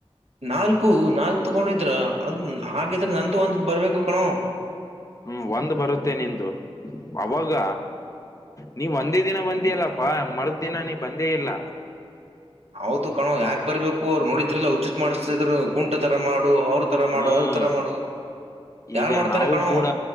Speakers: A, on the right; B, on the left.
A: ನಾಲ್ಕು ನಾಲ್ಕ್ ತಗೊಂಡಿದ್ರ? ಅದ ಹಾಗಿದ್ರೆ ನಂದು ಒಂದಿನ ಬರ್ಬೇಕು ಕಣೋ.
B: ಹ್ಮ್ ಒಂದ್ ಬರುತ್ತೆ ನಿ್ದ ಅವಾಗ. ನೀವ್ ಒಂದೇ ದಿನ ಬಂದಿ ಅಲ್ಲಪ್ಪಾ. ಮರದ್ ದಿನ ನೀ ಬಂದೇ ಇಲ್ಲ.
A: ಹೌದು ಕಣೋ ಯಾಕ್ ಬರ್ಬೇಕು? ಅವ್ರು ನೋಡಿದ್ರಲ್ಲ ಉಚಿತ್ ಮಾಡ್ತಿದ್ರು ಕುಂಟ ತರ ಮಾಡು ಅವ್ರ- ತರ ಮಾಡು
B: ಹಾ
A: ಅವ್ರ ತರ ಮಾಡು
B: ಈಗ
A: ಯಾರ್ ಮಾಡ್ತಾರೆ
B: ನಾವು
A: ಕಣೋ.
B: ಕೂಡ